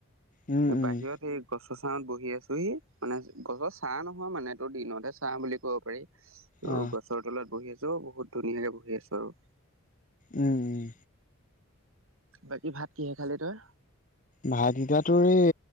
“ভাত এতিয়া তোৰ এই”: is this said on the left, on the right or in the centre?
Left